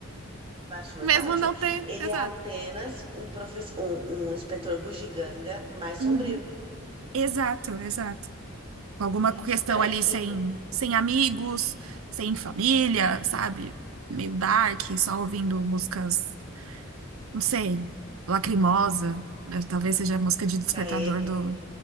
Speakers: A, on the right; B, on the right.
A: Batman
B: mesmo
A: tá ótimo.
B: não ter.
A: Ele
B: Exato.
A: é apenas um professor, um, um inspetor bugiganga mais
B: Uhum.
A: sombrio,
B: Exato, exato. Com alguma
A: cheio
B: questão
A: de trequinho,
B: ali sem, sem amigos, sem família, sabe? Meio dark, só ouvindo músicas, não sei, lacrimosa. Né? Talvez seja a música de despertador
A: caemo.
B: do.